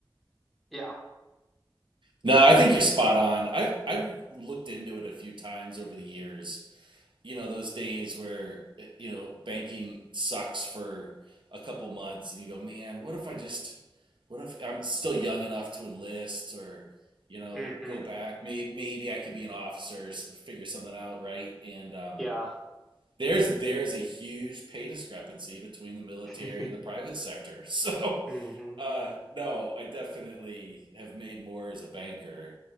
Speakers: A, in the centre; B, on the right (about 75°).
A: yeah.
B: no, I think you're spot on. I've I've looked into it a few times over the years, you know those days where you know banking sucks for a couple months and you go man what if i just what if i'm still young enough to enlist or you know
A: hmm
B: go back maybe, maybe i could be an officer s- figure something out right and um,
A: Yeah.
B: there's there's a huge pay discrepancy between the military
A: <laughs>
B: and the private sector <laughs> so
A: hmm
B: uh, no i definitely have made more as a banker